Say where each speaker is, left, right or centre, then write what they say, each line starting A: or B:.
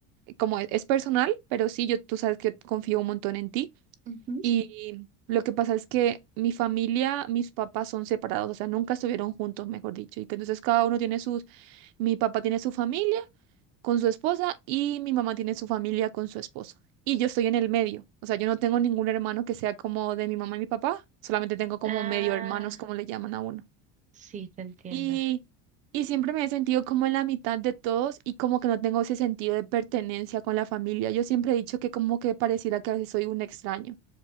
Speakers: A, on the right; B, on the right.
A: como es, es personal, pero sí, yo, tú sabes que confío un montón en ti.
B: Ujú.
A: Y lo que pasa es que mi familia, mis papás son separados, o sea, nunca estuvieron juntos, mejor dicho. Y que entonces cada uno tiene sus, mi papá tiene su familia con su esposa y mi mamá tiene su familia con su esposo. Y yo estoy en el medio, o sea, yo no tengo ningún hermano que sea como de mi mamá y mi papá, solamente tengo como
B: Ah,
A: medio hermanos, como le llaman a uno.
B: sí, te entiendo.
A: Y, y siempre me he sentido como en la mitad de todos y como que no tengo ese sentido de pertenencia con la familia. Yo siempre he dicho que como que pareciera que a veces soy un extraño.